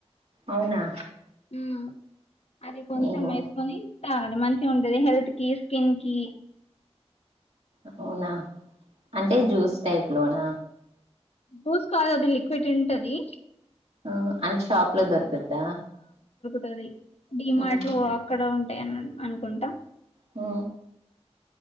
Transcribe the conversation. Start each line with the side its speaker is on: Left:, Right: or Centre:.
Right: అవునా
Left: మ్మ్ అది కొంచెం
Right: ఏహో
Left: వేసుకొని చాలడి మంచిగా ఉంటది హెల్త్ కి స్కిన్ కి
Right: అవునా? అంటే జ్యూస్ టైప్ లోనా
Left: బూస్ కాదు అది లిక్విడ్ ఉంటది
Right: ఆహ్ అ షాప్ లో దొరుకుద్దా
Left: పది డి మార్ట్లో
Right: ఉహు
Left: అక్కడ టెన్ అనుకుంటా
Right: హు